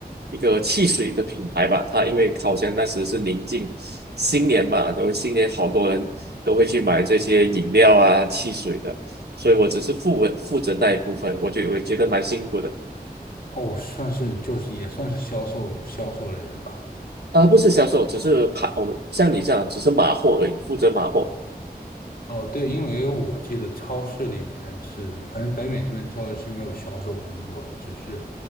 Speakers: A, on the right (about 85°); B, on the left (about 60°).
A: 一个汽水的品牌吧，它因为好像那时是临近新年嘛，都新年好多人都会去买这些饮料啊、汽水的，所以我只是负负责那一部分，我就我觉得蛮辛苦的
B: 哦，算是就是也算是销售销售类的吧。
A: 啊，不是销售，只是盘，我像你这样只是码货而已，负责码货。
B: 哦，对，因为我记得超市里面是，反正北美这边超市是没有销售工作的，只是，